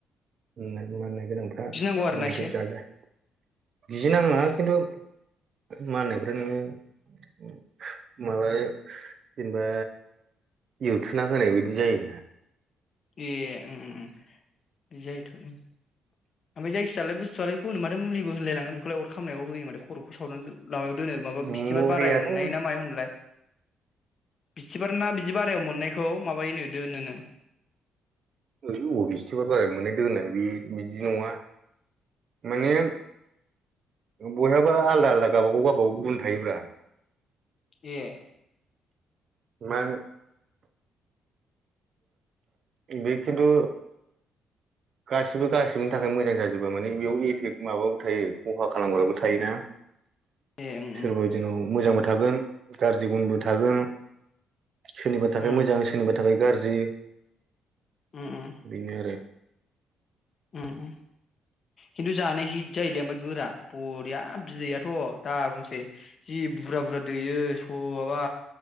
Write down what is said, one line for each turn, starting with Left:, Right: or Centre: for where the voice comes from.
Right: मानो मानो। गोनांफ्रा
Left: गिनांगौ आरोना
Right: बांद्राय
Left: एसे
Right: जाजाया गिनांआ नाङा
Left: ए
Right: खिन्थु। मा होननायब्रा नोङो। माबायाव। जेनेबा इउथुबना होनाय बायदि जायो।
Left: ए ओम ओम इदि जायोथ' ओम। <unintelligible> ओमफाय जायखिायालाय बस्थुआलाय माथो मुलिबो होनलायङो बेखौलाय अर खामानायाव होयो माथो। खर'खौ सावनानै माबायाव दोनो माबा बिस्थिबार
Right: मुलियाथ'
Left: बाराय मोननाय ना मायाव होनोमोनलाय। बिथ्सिबार ना बिदि बारायाव मोननायखौ माबायो नो दोननो।
Right: अबाव बिस्थिबार बाराय मोनो दोनो बे बिदि नङा। माने बयहाबा आलदा आलदा गावबागाव गावबागाव गुन थायोब्रा
Left: ए
Right: मा। बे खिथु गासि बो गासिबोनि थाखाय मोजां जाजोबबो माने बेयाव इफेक्ट माबाबो थायो खहा खालामग्राबो थायोना
Left: ए उम
Right: सोरबा बिदिनाव मोजां मा थागोन गाज्रि गुनबो थागोन। सोरनिबा थाखाय
Left: उम
Right: मोजां सोरनिबा थाखाय गारजि
Left: उम
Right: बिनो आरो
Left: उम खिन्थु जानो हित जायोलै ओमफ्राय गोरा बरिया बिदैयाथ' दा बुंसै जि बुरजा बुरजा दैयो सआबा